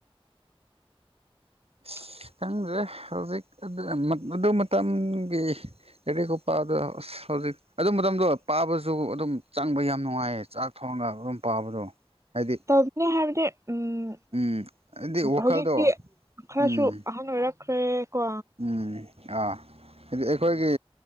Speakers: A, on the right; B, on the right.
A: <unintelligible>
B: ꯑꯁ ꯈꯪꯗ꯭ꯔꯦ ꯍꯧꯖꯤꯛ ꯑꯗꯨ ꯃꯇꯝꯒꯤ ꯔꯦꯗꯤ ꯀꯣꯄꯗꯣ ꯑ ꯍꯧꯖꯤꯛ ꯑꯗꯨ ꯃꯇꯝꯗꯣ ꯄꯥꯕꯁꯨ ꯑꯗꯨꯝ ꯆꯪꯕ ꯌꯥꯝ ꯅꯨꯡꯉꯥꯏꯌꯦ ꯆꯥꯛ ꯊꯣꯡꯒ ꯑꯗꯨꯝ ꯄꯥꯕꯗꯣ ꯍꯥꯏꯗꯤ
A: ꯇꯝꯅꯤ ꯍꯥꯏꯅ ꯎꯝ
B: ꯎꯝ ꯍꯥꯏꯗꯤ ꯋꯥꯈꯜꯗꯣ
A: ꯍꯧꯖꯤꯛꯇꯤ ꯈꯔꯁꯨ
B: ꯎꯝ
A: ꯑꯍꯟ ꯑꯣꯏꯔꯛꯈ꯭ꯔꯦ ꯀꯣ
B: ꯎꯝ ꯑꯥ ꯍꯥꯏꯗꯤ ꯑꯩꯈꯣꯏꯒꯤ